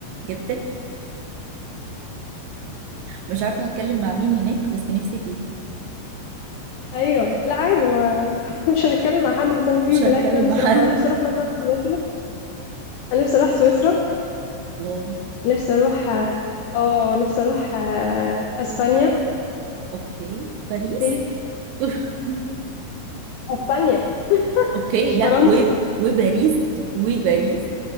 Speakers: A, on the right (about 80°); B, on the left (about 85°).
A: جدا مش عارفة هتكلم مع مين هناك بس نفسي فيه
B: ايوه لا عادي ما <laughs> مش هنتكلم مع حد بس انا في
A: مش
B: بلاد
A: هتكلم
B: كده نفسي
A: مع حد
B: اروحها انا نفسي اروح مثلا سويسرا انا نفسي اروح سويسرا
A: <laughs> الله
B: نفسي اروح اه آه، نفسي اروح آه، اسبانيا
A: اوكي باريس
B: اوكي
A: <laughs>
B: اسبانيا
A: اوكي
B: مش
A: لا
B: فرنسا
A: و... وباريس وباريس